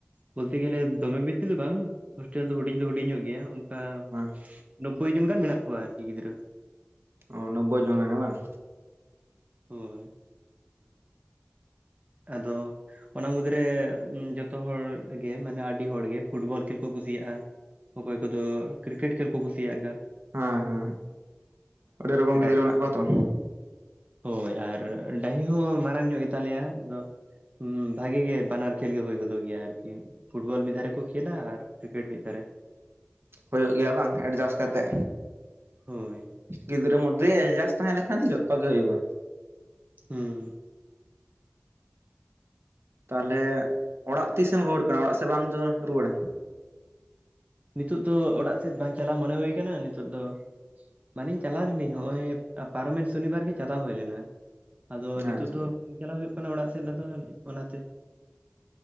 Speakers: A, on the right; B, on the right.
A: ᱵᱚᱞᱛᱮ ᱜᱮᱞᱮ ᱫᱚᱢᱮ ᱵᱮᱥᱤ ᱫᱚ ᱵᱟᱝ ᱦᱳᱥᱴᱮᱞ ᱫᱚ ᱦᱩᱰᱤᱧ ᱫᱚ ᱦᱩᱰᱤᱧ ᱧᱚᱜ ᱜᱮᱭᱟ ᱚᱱᱠᱟ
B: ᱦᱮᱸ
A: ᱱᱚᱵᱽᱵᱳᱭ ᱡᱚᱱ ᱜᱟᱱ ᱢᱮᱱᱟᱜ ᱠᱚᱣᱟ ᱟᱨᱠᱤ ᱜᱤᱫᱽᱨᱟᱹ
B: ᱚ ᱱᱚᱵᱽᱵᱳᱭ ᱡᱚᱱᱟ ᱜᱮ ᱵᱟᱝ
A: ᱦᱳᱭ ᱟᱫᱚ ᱚᱱᱟ ᱢᱩᱫᱽᱨᱮ ᱡᱚᱛᱚ ᱦᱚᱲ ᱜᱮ ᱢᱟᱱᱮ ᱟᱹᱰᱤ ᱦᱚᱲ ᱜᱮ ᱯᱷᱩᱴᱵᱚᱞ ᱠᱷᱮᱞ ᱠᱚ ᱠᱩᱥᱤᱭᱟᱜᱼᱟ ᱚᱠᱚᱭ ᱠᱚᱫᱚ ᱠᱨᱤᱠᱮᱴ ᱠᱷᱮᱞ ᱠᱚ ᱠᱩᱥᱤᱭᱟᱜ ᱜᱟ
B: ᱦᱮᱸ ᱦᱮᱸ ᱟᱹᱰᱤ ᱨᱚᱠᱚᱢ ᱜᱤᱫᱽᱨᱟᱹ
A: ᱰᱟᱦᱤ
B: ᱢᱮᱱᱟᱜ ᱠᱚᱣᱟ ᱛᱚ
A: ᱦᱳᱭ ᱟᱨ ᱰᱟᱹᱦᱤ ᱦᱚᱸ ᱢᱟᱨᱟᱝ ᱧᱚᱜ ᱜᱮᱛᱟᱞᱮᱭᱟ ᱟᱫᱚ ᱵᱷᱟᱜᱤ ᱜᱮ ᱵᱟᱱᱟᱨ ᱠᱷᱮᱞ ᱜᱮ ᱦᱩᱭ ᱜᱚᱫᱚᱜ ᱜᱮᱭᱟ ᱟᱨᱠᱤ ᱯᱷᱩᱴᱵᱚᱞ ᱢᱤᱫ ᱫᱷᱟᱨᱮ ᱠᱚ ᱠᱷᱮᱞᱟ ᱟᱨ ᱠᱨᱤᱠᱮᱴ ᱢᱤᱫ ᱫᱷᱟᱨᱮ
B: ᱦᱩᱭᱩᱜ ᱜᱮᱭᱟ ᱵᱟᱝ ᱮᱰᱡᱟᱥᱴ ᱠᱟᱛᱮ
A: ᱦᱳᱭ
B: ᱜᱤᱫᱽᱨᱟᱹ ᱢᱚᱫᱽᱫᱷᱮ ᱮᱰᱡᱟᱥᱴ ᱛᱟᱦᱮᱸ ᱞᱮᱱᱠᱷᱟᱱ ᱡᱚᱛᱚ ᱜᱮ ᱦᱩᱭᱩᱜᱼᱟ
A: ᱦᱩᱸ
B: ᱛᱟᱦᱚᱞᱮ ᱚᱲᱟᱜ ᱛᱤᱥᱮᱢ ᱨᱩᱣᱟᱹᱲ ᱠᱟᱱᱟ ᱚᱲᱟᱜ ᱥᱮᱫ ᱵᱟᱢ ᱨᱩᱣᱟᱹᱲᱟ
A: ᱱᱤᱛᱚᱜ ᱫᱚ ᱚᱲᱟᱜ ᱥᱮᱫ ᱵᱟᱝ ᱪᱟᱞᱟᱣ ᱢᱚᱱᱮ ᱦᱩᱭ ᱟᱠᱟᱱᱟ ᱱᱤᱛᱚᱜ ᱫᱚ ᱢᱟᱱᱮᱧ ᱪᱟᱞᱟᱣ ᱞᱮᱱᱟᱹᱧ ᱦᱚᱸᱜᱼᱚᱭ ᱯᱟᱨᱚᱢᱮᱱ ᱥᱚᱱᱤᱵᱟᱨ ᱜᱮ ᱪᱟᱞᱟᱣ ᱦᱩᱭ ᱞᱮᱱᱟ ᱟᱫᱚ
B: ᱟᱪᱪᱷᱟ
A: ᱱᱤᱛᱳᱜ ᱫᱚ ᱵᱟᱝ ᱪᱟᱞᱟᱣ ᱦᱩᱭᱩᱜ ᱠᱟᱱᱟ ᱚᱲᱟᱜ ᱥᱮᱫ ᱟᱫᱚ ᱚᱱᱟᱛᱮ